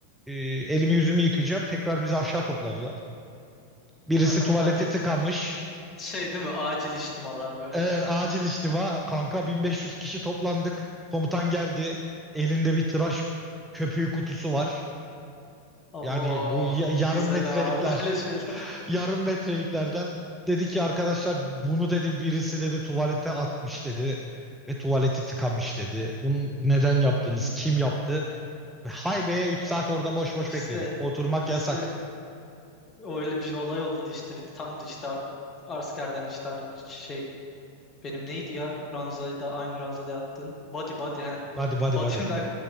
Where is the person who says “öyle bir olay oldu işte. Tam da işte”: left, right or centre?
Left